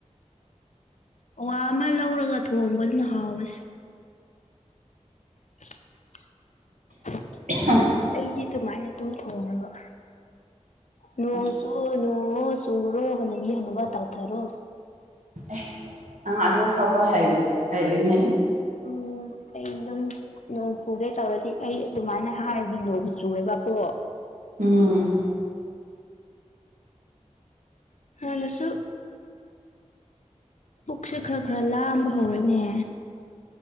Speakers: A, on the left; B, on the right.
A: ꯋꯥ ꯑꯃ ꯂꯧꯔꯒ ꯊꯣꯡꯕꯗꯨꯅ ꯍꯥꯎꯋꯦ <inaudible>
B: ꯍꯣꯏ <inaudible>
A: ꯑꯩꯗꯤ ꯑꯗꯨꯃꯥꯏꯅ ꯑꯗꯨꯝ ꯊꯣꯡꯉꯕ ꯅꯣꯡ
B: ꯑꯁ
A: ꯆꯨ ꯅ‌ꯣꯡ ꯑꯣ ꯆꯨꯨꯔꯣ ꯍꯒꯤ ꯍꯅꯨꯕ ꯇꯧ ꯇꯔꯣ
B: ꯑꯁ ꯅꯪ ꯑꯗꯣ ꯁꯄ ꯍꯥꯏꯔ‌ꯦꯅꯦ
A: ꯎꯝ ꯑꯩ ꯑꯗꯨꯝ ꯅꯣꯡ ꯄꯨꯒꯦ ꯇꯧꯔꯗꯤ ꯑꯩ ꯑꯗꯨꯃꯥꯏꯅ ꯍꯥꯏꯔꯗꯤ ꯅꯣ ꯆꯨꯔꯒꯀꯣ
B: ꯎꯝ
A: ꯍꯟꯅꯁꯨ ꯄꯨꯛꯁꯦ ꯈꯔ ꯈꯔ ꯂꯥꯝꯕ ꯍꯧꯔꯅꯦ